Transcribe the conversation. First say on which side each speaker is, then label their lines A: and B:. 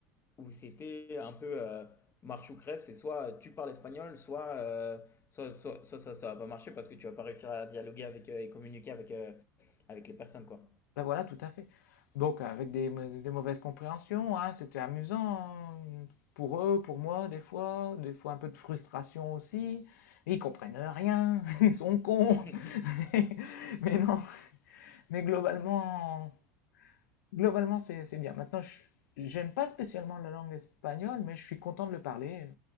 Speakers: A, on the left; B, on the left.
A: où c'était un peu, heu, marche ou crève, c'est soit euh, tu parles espagnol, soit, heu, soit soit soit ça ça va pas marcher parce que tu vas pas réussir à dialoguer avec, heu, et communiquer avec, heu, avec les personnes, quoi.
B: Ben voilà, tout à fait. Donc avec des, mau- des mauvaises compréhensions, hein, c'était amusant mmh, pour eux, pour moi, des fois, des fois un peu de frustration aussi. Ils comprennent rien, <laughs> ils sont cons.
A: <laughs>
B: <laughs> Mais non, mais globalement, globalement c'est c'est bien. Maintenant, je- j'aime pas spécialement la langue espagnole, mais je suis content de le parler.